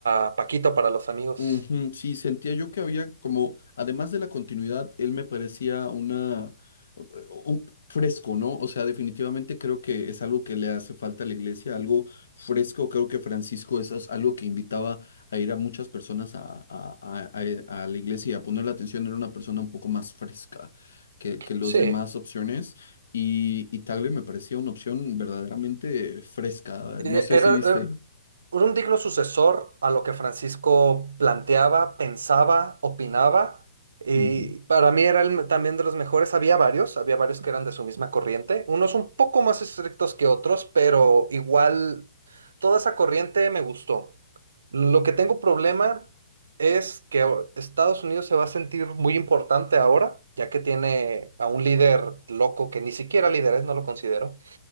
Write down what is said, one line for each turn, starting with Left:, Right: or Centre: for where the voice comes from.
Right: a Paquito para los amigos.
Left: Ujú, Sí, sentía yo que había como, además de la continuidad, él me parecía una, u- u- fresco, ¿no? O sea, definitivamente creo que es algo que le hace falta a la iglesia, algo fresco. Creo que Francisco es as- algo que invitaba a ir a muchas personas a, a- a- a- a la iglesia y a poner la atención. Era una persona un poco más fresca que, que los
Right: Sí.
Left: demás opciones. Y, y Tagle me parecía una opción verdaderamente fresca.
Right: Eh,
Left: No sé
Right: Era,
Left: si viste.
Right: eh, era un digno sucesor a lo que Francisco planteaba, pensaba, opinaba, y
Left: Ujú,
Right: para mí era el me- también de los mejores. Había varios, había varios que eran de su misma corriente, unos un poco más estrictos que otros, pero igual toda esa corriente me gustó. Lo que tengo problema es que o- Estados Unidos se va a sentir muy importante ahora, ya que tiene a un líder loco que ni siquiera líder es, no lo considero